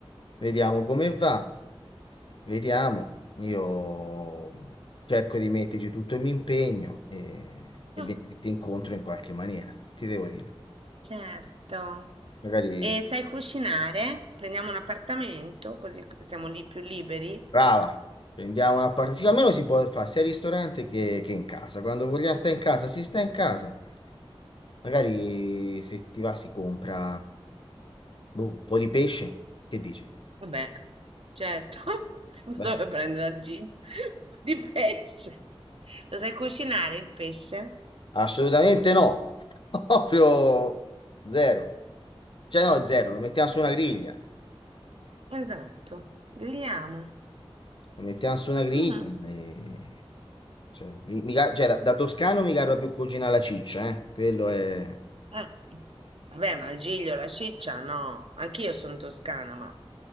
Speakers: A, on the left; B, on the right.
A: Vediamo come va. Vediamo, io cerco di metterci tutto il mio impegno e, e
B: Ah,
A: venirti incontro in qualche maniera. Che ti devo dire?
B: Certo.
A: Magari,
B: E sai cucinare? Prendiamo un appartamento così siamo lì più liberi.
A: brava, prendiamo una parte. sì, almeno si può fare sia al ristorante che, che in casa. Quando vogliamo stare in casa, si sta in casa. Magari se ti va si compra boh, un po' di pesce. Che dici?
B: Vabbè, certo, <laughs> cosa
A: Beh,
B: vuoi prendere al gin? <laughs> Di pesce. Lo sai cucinare il pesce?
A: assolutamente no. <laughs> Proprio zero. Cioè no, zero, lo mettiamo su una griglia.
B: Esatto, grigliamo.
A: La mettiamo su una griglia
B: Mhm.
A: e- cioè, mi- mi ca- cioè, da, da toscano mi garba più cucina alla ciccia, eh. Quello è...
B: Eh, Vabbè, ma il giglio, la ciccia, no. Anch'io sono toscana, ma